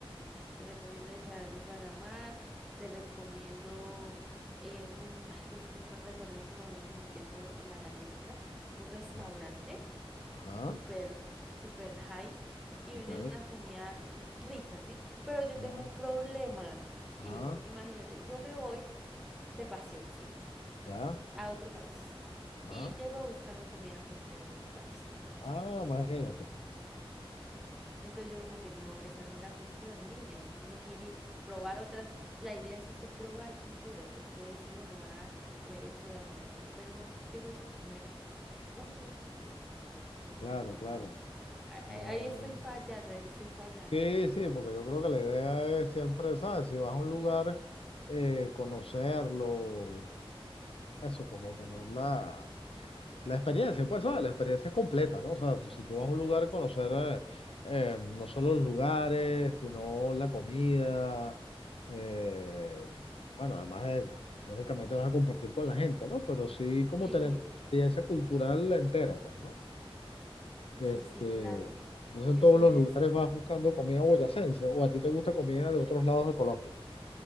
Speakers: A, in the centre; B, on the left.
A: Te recomiendo el canal de Panamá, te recomiendo eh, un, ay, pero es que no me recuerdo en este momento ni tengo en la tarjetica, un restaurante
B: ajá, ajá,
A: súper, súper high y
B: ok,
A: venden una comida r- rica, ¿sí? Pero yo
B: ya,
A: tengo un problema,
B: ajá,
A: Igor. Imagínate, yo me voy de paseo, ¿sí?
B: ya,
A: A otro país
B: ajá.
A: y llego buscando comida colombiana a otro país, imagínate.
B: Ah, imagínate,
A: Entonces yo como que no, esa no es la cuestión, niña, usted tiene que ir y probar otras, la idea es usted probar culturas, usted decir, bueno, voy a comer esto, voy a comer aquello, pero no, llego y es que a comer lo mismo.
B: claro,
A: Yo no,
B: claro,
A: a- a-
B: no.
A: ahí estoy fallando, ahí estoy fallando.
B: Sí, sí, porque yo creo que la idea es siempre, ¿sabes? Si vas a un lugar, eh, conocerlo, eso, como tenerla La experiencia, pues, ¿sabes? La experiencia es completa, ¿no? O sea, pues, si tú vas a un lugar, conocer eh, eh, no solo los lugares, sino la comida. eh, bueno, además, eh, lógicamente vas a compartir con la gente, ¿no? Pero sí como
A: Sí,
B: tener experiencia cultural entera, pues, ¿no? Este,
A: sí, sí, claro,
B: entonces
A: eso
B: en todos los
A: es,
B: lugares vas buscando comida boyacense, o a ti te gusta comida de otros lados de Colombia.